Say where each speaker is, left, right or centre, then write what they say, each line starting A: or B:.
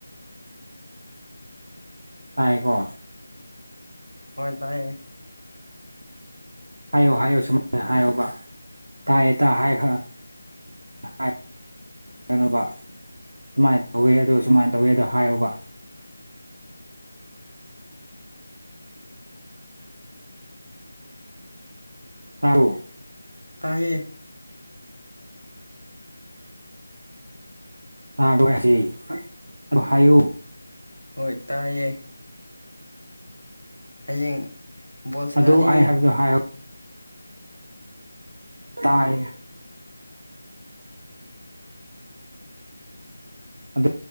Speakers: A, on the right; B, on the right.
A: ꯇꯥꯏꯑꯦꯀꯣ
B: ꯍꯣꯏ ꯇꯥꯏꯌꯦ
A: ꯍꯥꯏꯌꯣ ꯍꯥꯏꯌꯣ ꯁꯨꯃꯥꯏꯅ ꯍꯥꯏꯌꯣꯕ ꯇꯥꯏꯌꯦ ꯇꯥ ꯍꯥꯏꯈ꯭ꯔ <unintelligible> ꯀꯩꯅꯅꯕ ꯁꯨꯃꯥꯏꯅ ꯇꯧꯋꯦ ꯑꯗꯣ ꯁꯨꯃꯥꯏꯅ ꯇꯧꯋꯦ ꯑꯗꯣ ꯍꯥꯏꯌꯨꯕ ꯇꯥꯥꯎ
B: ꯇꯌꯦ
A: ꯑꯗ ꯌꯥꯁꯤ ꯑꯗꯣ ꯍꯥꯏꯌꯨ
B: ꯍꯣꯏ ꯇꯥꯏꯌꯦꯦ ꯍꯌꯦꯡ ꯕꯣꯜ ꯁꯟꯅꯅꯤꯡꯉꯦ
A: ꯑꯗꯨ ꯑꯩ ꯍꯥꯏꯕꯗꯣ ꯍꯥꯏꯌꯣꯕ ꯇꯥꯏ ꯑꯗ